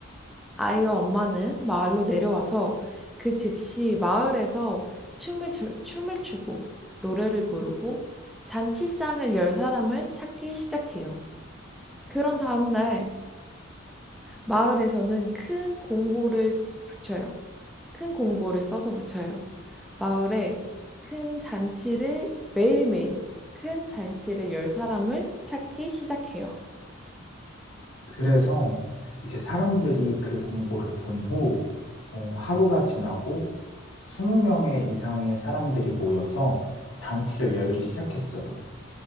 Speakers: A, in the centre; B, on the left (about 70°).
A: 아이와 엄마는 마을로 내려와서 그 즉시 마을에서 춤을, 추- 춤을 추고 노래를 부르고 잔치상을 열 사람을 찾기 시작해요. 그런 다음날 마을에서는 큰 공고를 쓰- 붙여요. 큰 공고를 써서 붙여요. 마을에 큰 잔치를 매일매일 큰 잔치를 열 사람을 찾기 시작해요.
B: 그래서 이제 사람들이 그 공고를 본 후, 어, 하루가 지나고 20명의 이상의 사람들이 모여서 잔치를 열기 시작했어요.